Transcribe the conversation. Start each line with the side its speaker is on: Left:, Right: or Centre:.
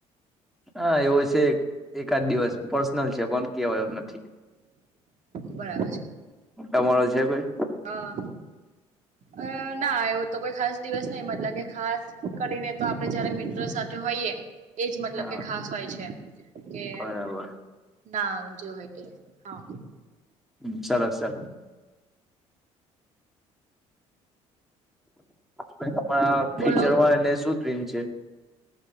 Centre: હા એવો છે એકાદ દિવસ પર્સનલ છે પણ કેવાય એવુ નથી.
Right: બરાબર.
Centre: તમારો છે કોઈ.
Right: આ અ ના આવું તો કોઈ ખાસ દિવસ નહી મતલબ કે ખાસ કરીને તો અપ આપડે જયારે મિત્ર સાથે હોઈએ એજ મતલબ
Centre: હા
Right: કે ખાસ હોય છે કે
Centre: બરાબર.
Right: ના જે હોય તે હા.
Centre: હમ્મ સરસ સરસ. ભાઈ તમારા
Right: બોલો
Centre: ફ્યુચરમાં એને <unintelligible> છે.